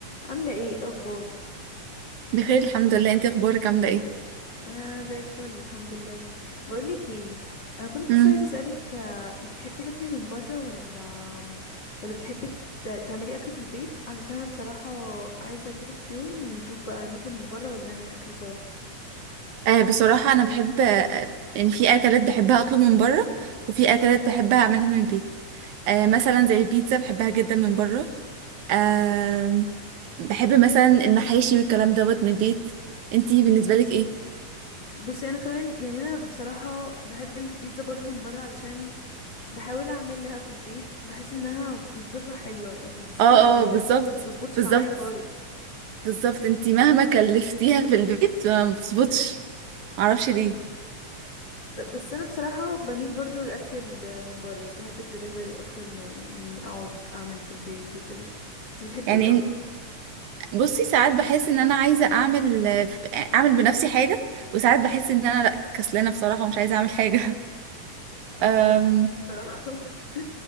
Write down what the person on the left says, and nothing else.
عاملة ايه إيه الأخبار؟
أنا زي الفل الحمد لله بقولك ايه أنا كنت بس
عايزة أسألك آه، بتحبي تاكلي من برا ولا ولا بتحبي ت- تعملي أكل في البيت علشان أنا بصراحة عايزة أجيلك في يوم ونشوف بقى نطلب من برا ولا نعمل أكل سوا
بصي أنا كمان يعني أنا بصراحة بحب البيتزا برضو من برا علشان بحاول أعملها في البيت بحس إنها مش بتطلع حلوة يعني بالذات
العجينة
ما بتظبطش
معايا خالص
طب بس انا بصراحه بميل برضو للاكل ال- من بره بحب الدليفري اكتر ما مني اقعد اعمل في البيت وكده انت بتحبي
ايه اكتر
اه
فاهم بصراحه <laughs>